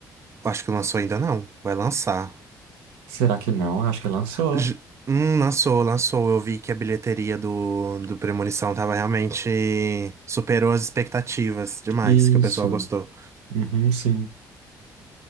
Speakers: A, on the right; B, on the right.
A: Acho que lançou ainda não. Vai lançar.
B: Será que não? Acho que lançou.
A: J- hum, lançou, lançou. Eu vi que a bilheteria do, do Premonição tava realmente. Superou as expectativas demais,
B: Isso.
A: que o pessoal gostou.
B: Uhum, sim.